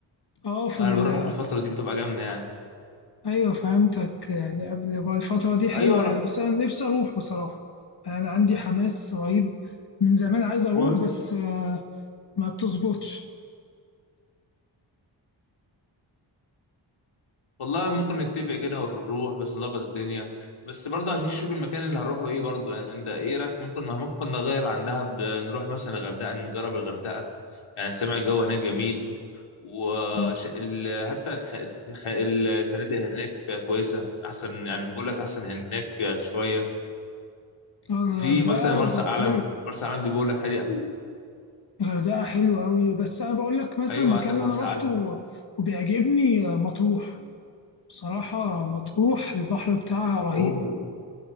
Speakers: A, on the left; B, on the left.
A: أه في
B: انا
A: ال...
B: بروح في الفترة دي بتبقى جامدة يعني
A: أيوه فهمتك يعني قبل بقى الفترة دي حلوة
B: ايوه
A: يعني بس أنا نفسي أروح بصراحة أنا عندي حماس رهيب من زمان عايز أروح
B: انا
A: بس آه، ما بتظبطش
B: والله ممكن نتفق كده ونروح بس نظبط الدنيا بس برضه عشان نشوف المكان اللي هنروحه ايه برضه يعني انت ايه رايك ممكن ممكن نغير عن دهب نروح مثلا الغردقه نجرب الغردقه يعني سامع الجو هناك جميل وش...
A: آه.
B: ال... حتى الخ... الخ... الفنادق هناك كويسه احسن يعني بقول لك احسن هناك شويه
A: آه،
B: في
A: الغردقة
B: مثلا مرسى
A: طب
B: علم
A: حلو
B: مرسى علم دي بقول لك هادي أوي.
A: الغردقة حلوة أوي بس أنا بقول لك مثلا
B: ايوه
A: المكان
B: عندك
A: اللي
B: مرسى
A: أنا روحته
B: علم
A: وبيعجبني آه، مطروح بصراحة مطروح البحر بتاعها رهيب
B: اوه